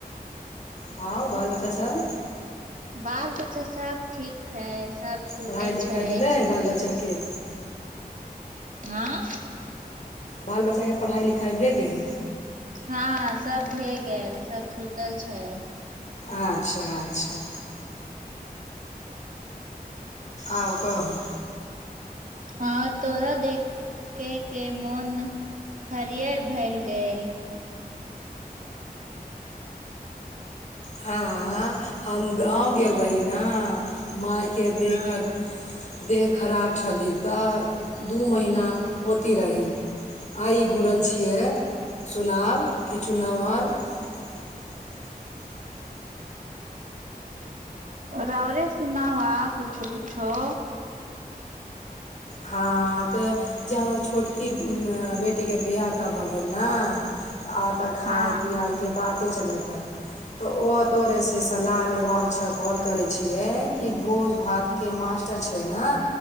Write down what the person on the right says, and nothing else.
बाल बच्चा सब ठीक छै सब छूतै
छै
आँ
हँ, सभ भऽ गेल, सभ सुतल छै।
हँ तऽ ओरा देख के के मोन हरियर भऽ गेल।
हँ
रावरे सुनाउ, किछु-किछु।
हँ